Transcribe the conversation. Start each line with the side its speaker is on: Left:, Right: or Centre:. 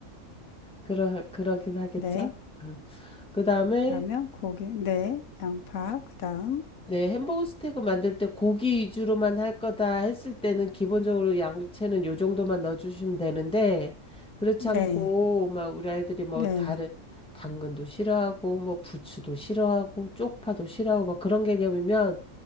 Centre: 그러, 그러긴 하겠죠.
Left: 네.
Centre: 음. 그 다음에
Left: 그러면 고기, 네. 양파, 그 다음.
Centre: 네, 햄버거 스테이크 만들 때 고기 위주로만 할 거다 했을 때는 기본적으로 양채는 요 정도만 넣어주시면 되는데, 그렇지
Left: 네.
Centre: 않고, 막 우리 아이들이 뭐
Left: 네.
Centre: 다른, 당근도 싫어하고, 뭐 부추도 싫어하고, 쪽파도 싫어하고, 막 그런 개념이면